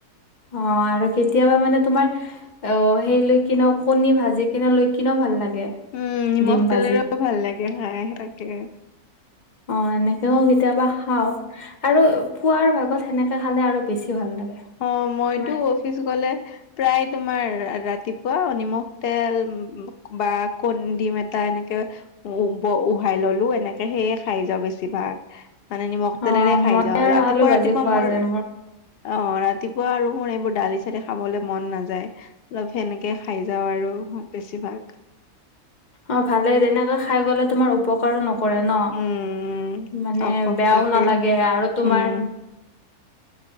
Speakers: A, on the left; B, on the left.
A: অ আৰু কেতিয়াবা মানে তোমাৰ অ সেইলৈ কিনেও কণী ভাজি কিনে লৈ কিনেও ভাল লাগে।
B: উম নিমখ
A: ডিম ভাজি
B: তেলেৰেও ভাল লাগে খাই তাকে।
A: অ এনেকেও কেতিয়াবা খাও। আৰু পুৱাৰ ভাগত সেনেকে খালে আৰু বেছি ভাল লাগে।
B: অ মইতো
A: তোমাৰ
B: অফিচ গলে প্ৰায় তোমাৰ ৰাতিপুৱা নিমখ তেল বা কণ ডিম এটা এনেকে উ ব উহাই ল'লো এনেকে সেয়ে খাই যাওঁ বেছিভাগ। মানে নিমখ
A: অ
B: তেলেৰে খাই
A: মই
B: যাওঁ।
A: আৰু
B: ৰাতিপুৱা
A: আলু ভাজি
B: ৰাতিপুৱা
A: খোৱা
B: মোৰ
A: যায়
B: অ ৰাতিপুৱা আৰু মোৰ এইবোৰ দালি-চালি খাবলে মন নাযায়। অলপ সেনেকে খাই যাওঁ আৰু বেছিভাগ।
A: অ ভালে, তেনেকে খাই গ'লে তোমাৰ উপকাৰো নক কৰে ন?
B: উম,
A: মানে
B: অপক
A: বেয়াও
B: লাগে
A: নালাগে আৰু তোমাৰ
B: উম,